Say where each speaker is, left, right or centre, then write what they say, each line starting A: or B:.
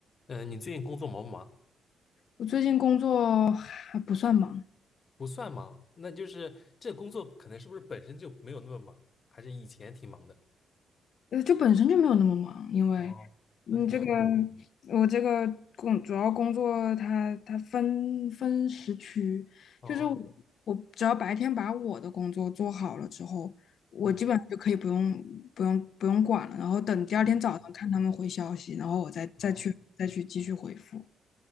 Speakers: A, on the left (about 35°); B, on the left (about 55°).
A: 嗯，呃你最近工作忙不忙？
B: 我最近工作还不算忙，
A: 不算忙，那就是这工作可能是不是本身就没有那么忙，还是以前挺忙的？
B: 呃，就本身就没有那么忙，因为你这个
A: 哦，那挺好。
B: 我这个工主要工作它它分分时区，
A: 哦，
B: 就是我我只要白天把我的工作做好了之后，我基本上就可以不用不用不用管了，
A: 嗯
B: 然后等第二天早上看他们回消息，
A: 嗯，
B: 然后我再再去再去继续回复。
A: 哦，